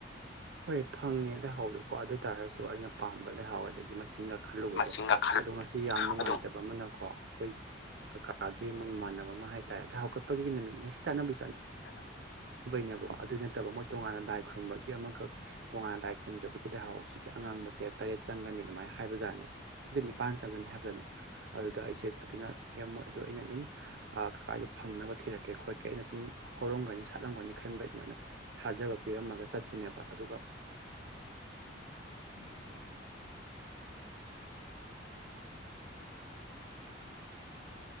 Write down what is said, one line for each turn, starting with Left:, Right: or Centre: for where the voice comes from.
Right: ꯍꯣꯏ ꯐꯪꯉꯦ ꯂꯩꯍꯥꯎꯗꯣꯀꯣ ꯑꯗꯨ ꯇꯥꯔꯁꯨ ꯑꯩꯅ ꯄꯥꯝꯕ ꯂꯩꯍꯥꯎ ꯑꯗꯒꯤ ꯃꯆꯤꯛ ꯈꯜꯂꯨꯕꯗꯣ
Left: ꯃꯁꯤꯡ ꯃꯈꯜ
Right: ꯑꯗꯣ ꯉꯁꯤ ꯌꯥꯝ ꯅꯨꯡꯉꯥꯏꯇꯕ
Left: ꯑꯗꯨꯝ
Right: ꯑꯃꯅꯀꯣ ꯑꯩꯈꯣꯏ ꯀꯀꯥ ꯥꯒꯤ ꯑꯃ ꯃꯃꯥꯟꯅꯕ ꯑꯃ ꯍꯥꯏꯇꯥꯥꯔꯦ ꯑꯗ ꯍꯧꯒꯠꯄꯒꯤ ꯅꯨꯃꯤꯠ ꯉꯁꯤ ꯆꯠꯅꯕꯤ ꯆꯠꯅ
Left: ꯆꯠꯣ ꯐ ꯆ
Right: ꯅꯦꯕꯀꯣ ꯑꯗꯨꯏ ꯅꯠꯇꯕ ꯃꯣꯏ ꯇꯣꯉꯥꯟꯅ ꯂꯥꯏ ꯈꯨꯔꯨꯝꯕꯒꯤ ꯑꯃꯈꯛ ꯇꯣꯉꯥꯟꯅ ꯂꯥꯏ ꯈꯨꯔꯨꯝꯖꯕꯒꯤ ꯂꯥꯏꯍꯥꯎ ꯍꯧꯖꯤꯛꯀꯤ ꯑꯉꯥꯡꯕꯁꯦ ꯇꯔꯦꯠ ꯆꯪꯒꯅꯤ ꯑꯗꯨꯃꯥꯏꯅ ꯍꯥꯏꯕꯖꯥꯠꯅꯤ ꯠ ꯅꯤꯄꯥꯟ ꯆꯪꯒꯅꯤ ꯍꯥꯏꯕꯗꯅꯦ ꯑꯗꯨꯗ ꯑꯩꯁꯦ ꯑꯗꯨꯅ ꯌꯥꯝꯃꯣꯏ ꯑꯗꯨꯗ ꯑꯩꯅ ꯑꯗꯨꯝ ꯀꯀꯥꯗꯣ ꯐꯪꯅꯕ ꯊꯤꯔꯛꯀꯦ ꯈꯣꯠꯛꯀꯦ ꯑꯩꯅ ꯁꯨꯝ ꯍꯧꯔꯝꯒꯅꯤ ꯁꯥꯠꯂꯝꯒꯅꯤ ꯈꯟꯕꯩ ꯑꯗꯨꯃꯥꯏꯅ ꯊꯥꯖꯕ ꯄꯤꯔꯝꯃꯒ ꯆꯠꯄꯅꯦꯕ ꯑꯗꯨꯒ
Left: ꯎꯝ